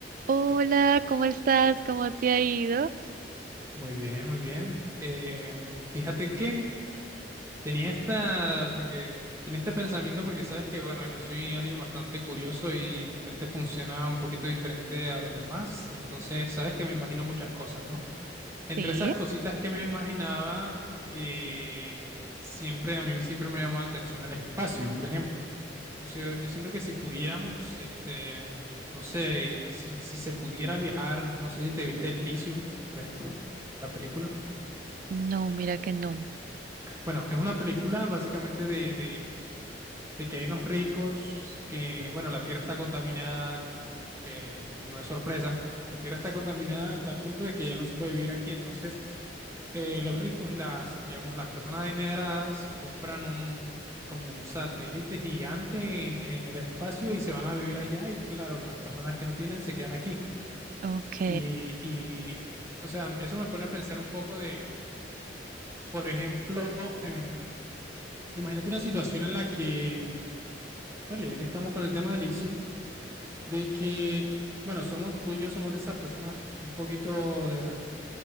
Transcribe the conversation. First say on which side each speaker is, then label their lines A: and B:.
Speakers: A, on the right; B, on the right.
A: Hola, ¿cómo estás? ¿Cómo te ha ido?
B: Muy bien, muy bien. Eh, fíjate que tenía esta, porque tenía este pensamiento porque sabes que, bueno, yo soy alguien bastante curioso y mi mente funciona un poquito diferente a los demás. Entonces, sabes que me imagino muchas cosas, ¿no? Entre
A: Sí.
B: esas cositas que me imaginaba, eh, siempre a mí siempre me llamó la atención el espacio, por ejemplo. Yo, sé- yo siento que si pudiéramos, este, no sé, si, si se pudiera viajar, no sé si te viste Elysium, por ejemplo, la película.
A: No, mira que no.
B: Bueno, es una película básicamente de, de, de que hay unos ricos que, bueno, la tierra está contaminada, que no es sorpresa, la tierra está contaminada a tal punto de que ya no se puede vivir aquí. Entonces, eh, los ricos y las, digamos, las personas adineradas compran un, como un satélite gigante en, en el espacio y se van a vivir allá y claro, las personas que no tienen se quedan aquí.
A: Ok,
B: Y, y o sea, eso me pone a pensar un poco de, por ejemplo, eh, imagínate una situación en la que Bueno, ya que estamos con el tema del Elysium, de que, bueno, somos tú y yo somos de esas personas un poquito de,